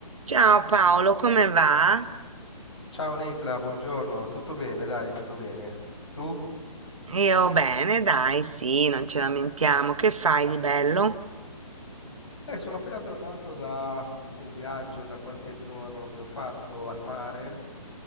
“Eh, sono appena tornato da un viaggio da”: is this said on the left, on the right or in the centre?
Left